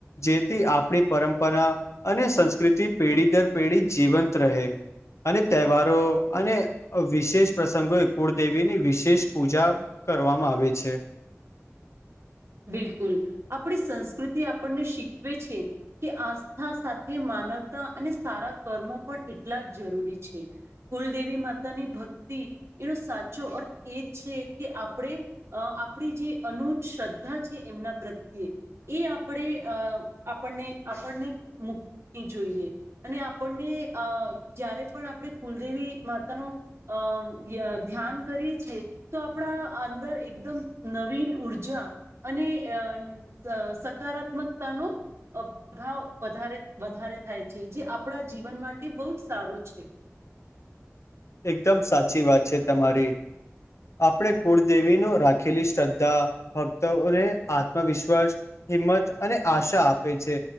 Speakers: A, on the left (about 65°); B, on the right (about 60°).
A: જેથી આપણી પરંપરા અને સંસ્કૃતિ પેઢી દર પેઢી જીવંત રહે. અને તહેવારો અને અ વિશેષ પ્રસંગો એ કુળદેવીની વિશેષ પૂજા. કરવામાં આવે છે.
B: બિલકુલ, આપણી સંસ્કૃતિ આપણને શીખવે છે કે આસ્થા સાથે માનવતા અને સારા કર્મો પણ એટલાજ જરૂરી છે, કુલદેવી માતાની ભક્તિ એનો સાચો અર્થ એ છે કે, આપણે અ આપણી જે અનૂટ છે, એમના પ્રત્યે એ આપડે આપણને આપણને મ જોઈએ, અને આપણને અ જ્યારે પણ આપણે કુલદેવી માતાનો અ. ધ્યાન કરીએ છીએ, તો આપણા અંદર એકદમ નવીન ઉર્જા અને અ ન સકારાત્મકતાનો પ્રભાવ વધારે વધારે થાય છે જે આપણા જીવન માટે બઉજ સારું છે
A: એકદમ સાચી વાત છે તમારી આપણે કુળદેવી નો રાખેલી શ્રદ્ધા ભક્તોને આત્મવિશ્વાસ હિંમત અને આશા આપે છે